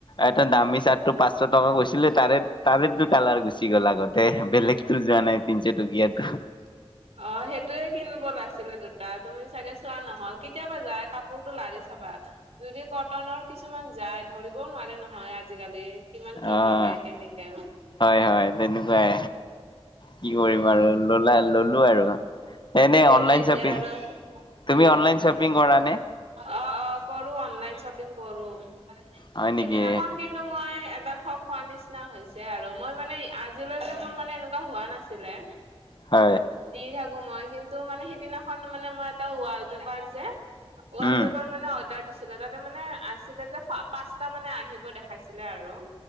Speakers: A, on the left (about 50°); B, on the right (about 80°).
A: এটা দামী চাৰ্টটো পাঁচশ টকা কৈছিলে, তাৰে তাৰেতো কালাৰ গুচি গ'ল আগতে, বেলেগতো যা নাই তিনচ টকীয়াতো।
B: অ' সেইটোয়ে কিনব লাগ ছিলে দুটা, তুমি চাগে চোৱা নহ'ল। কেতিয়াবা যায় কাপোৰতটো লাৰি চাবা। যদি কটনৰ, কিছুমান যায়। ধৰিবও নোৱাৰে নহয় আজিকালি। কিমান কি
A: অ',
B: মিলাই কেমিকেল
A: হয়, হয়। তেনেকুৱাই। কি
B: উম
A: কৰিম আৰু ললা লল লো আৰু এনে
B: সেইটোয়েতো
A: অনলাইন
B: এতিয়া
A: শ্বপিং,
B: আৰু
A: তুমি
B: উম
A: অনলাইন শ্বপিং কৰা নে?
B: অ' অ', কৰোঁ। অনলাইন শ্বপিং কৰোঁ।
A: হয়
B: সিদিনাখন
A: নেকি
B: কিন্তু মই এটা থক খোৱা নিচিনা হৈছে আৰু। মই মানে, আজিলৈকে মোৰ মানে এনেকুৱা হোৱা নাছিলে।
A: হয়।
B: দি থাকোঁ মই, কিন্তু মানে সিদিনাখন মানে মই এটা ৱাল-পেপাৰ যে ৱাল-পেপাৰ
A: উম
B: মানে অৰ্ডাৰ দিছ ছিলোঁ, তাতে মানে আছিলে যে পাঁচটা মানে আহিব দেখাইছিলে আৰু।